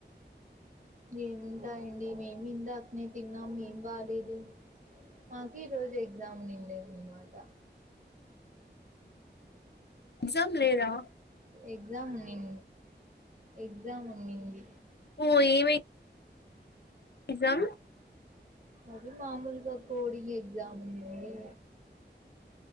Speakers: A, on the right (about 45°); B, on the left (about 65°).
A: ఏముంటాయండి మేము ఇందాకనే తిన్నాము ఏం బాలేదు మాకి ఈరోజు ఎగ్జామ్ ఉన్నిండేది అన్నమాట
B: ఎగ్జామ్ లేదా
A: ఎగ్జామ్ ఉన్నిం ఎగ్జామ్ ఉన్నింది
B: పోయి ఎగ్జామ్
A: అది మామూలుగా కోడింగ్ ఎగ్జామ్ ఉందింది